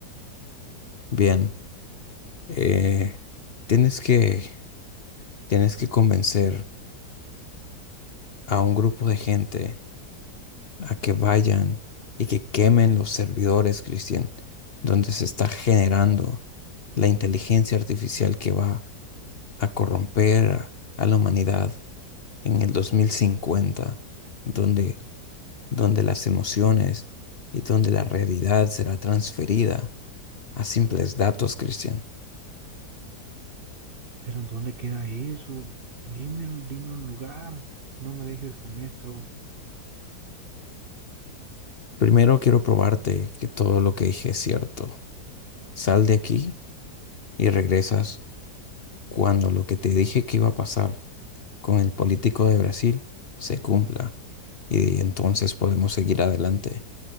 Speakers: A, on the left (about 45°); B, on the right (about 40°).
A: Bien, eh, tienes que, tienes que convencer a un grupo de gente a que vayan y que quemen los servidores, Cristian, donde se está generando la inteligencia artificial que va a corromper a, a la humanidad en el 2050, donde, donde las emociones y donde la realidad será transferida a simples datos, Cristian.
B: pero ¿en dónde queda eso? Dime, dime un lugar, no me dejes con esto.
A: Primero quiero probarte que todo lo que dije es cierto. Sal de aquí y regresas cuando lo que te dije que iba a pasar con el político de Brasil se cumpla y entonces podemos seguir adelante